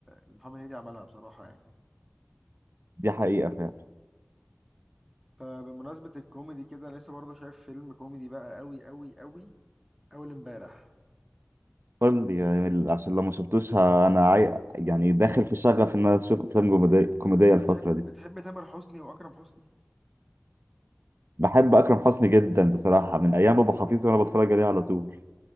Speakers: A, in the centre; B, on the right (about 55°).
A: اللي محمد هنيدي عملها بصراحة يعني
B: دي حقيقه فعلا
A: فبمناسبة الكوميدي كده لسه برضه شايف فيلم كوميدي بقى أوي أوي أوي أول امبارح
B: قول لي يعني عشان لو ما شفتوش ه- انا عاي... يعني داخل في شغف ان انا اشوف افلام كوميدي... كوميديه
A: بتحب
B: الفتره دي
A: بتحب تامر حسني وأكرم حسني
B: بحب اكرم حسني جدا بصراحه من ايام ابو حفيظ وانا بتفرج عليه على طول